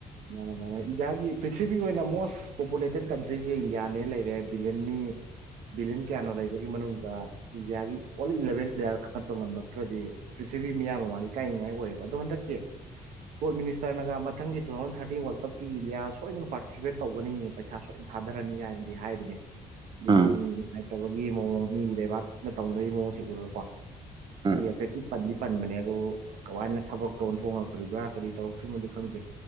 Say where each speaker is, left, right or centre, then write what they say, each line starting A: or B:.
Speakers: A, on the right (about 80°); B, on the right (about 40°).
A: ꯃꯥꯅꯦ ꯃꯥꯅꯦ ꯏꯟꯗꯤꯌꯥꯒꯤ ꯄ꯭ꯔꯤꯊꯤꯕꯤꯒꯤ ꯑꯣꯏꯅ ꯃꯣꯁ ꯄꯣꯄꯨꯂꯦꯇꯦꯠ ꯀꯟꯇ꯭ꯔꯤꯁꯦ ꯏꯟꯗꯤꯌꯥꯅꯦꯅ ꯂꯩꯔꯦ ꯕꯤꯂꯤꯌꯟꯅꯤ
B: <inaudible>
A: ꯕꯤꯂꯤꯌꯟ ꯀꯌꯥꯅꯣ ꯂꯩꯕꯒꯤ ꯃꯅꯨꯡꯗ ꯏꯟꯗꯤꯌꯥꯒꯤ ꯑꯣꯟ ꯏꯂꯕꯦꯟ ꯄ꯭ꯂꯦꯌꯥꯔ ꯈꯪꯒꯠꯄ ꯉꯝꯂꯛꯇ꯭ꯔꯗꯤ ꯄ꯭ꯔꯤꯊꯤꯕꯤ ꯃꯤꯌꯥꯝ ꯃꯃꯥꯡꯗ ꯏꯀꯥꯏꯅꯤꯡꯉꯥꯏ ꯑꯣꯏꯌꯦꯕ ꯑꯗꯣ ꯍꯟꯗꯛꯀꯤ ꯏꯁꯄꯣꯔꯠ ꯃꯤꯅꯤꯁꯇꯔꯅꯒ ꯃꯊꯪꯒꯤ ꯇꯨ ꯊꯥꯎꯖꯟ ꯊꯥꯔꯇꯤꯟ ꯋꯥꯔꯜ ꯀꯞꯀꯤ ꯏꯟꯗꯤꯌꯥ ꯁꯣꯏꯗꯅ ꯄꯥꯔꯇꯤꯁꯤꯄꯦꯠ ꯇꯧꯒꯅꯤ ꯄꯩꯁꯥ ꯁꯣꯏꯅ ꯊꯥꯗꯔꯅꯤ ꯀꯥꯏꯅꯗꯤ ꯍꯥꯏꯕꯅꯦ ꯑꯩ
B: ꯎꯝ
A: ꯁꯨꯝ ꯅꯨꯡꯉꯥꯏꯇꯕꯒꯤ ꯃꯑꯣꯡ ꯃꯤꯒꯤ ꯂꯩꯕꯥꯛꯅ ꯇꯧꯅꯕꯒꯤ ꯃꯑꯣꯡꯁꯤ ꯎꯔꯒꯀꯣ
B: ꯎꯝ
A: <unintelligible> ꯄꯟꯗꯤ ꯄꯟꯕꯅꯦ ꯑꯗꯨ ꯀꯃꯥꯏꯅ ꯊꯕꯛꯇ ꯑꯣꯟꯊꯣꯡꯉꯛꯇꯣꯔꯤꯕ꯭ꯔꯥ ꯀꯔꯤ ꯇꯧꯔꯛꯇ꯭ꯔꯤꯃꯗꯤ ꯈꯪꯗꯦ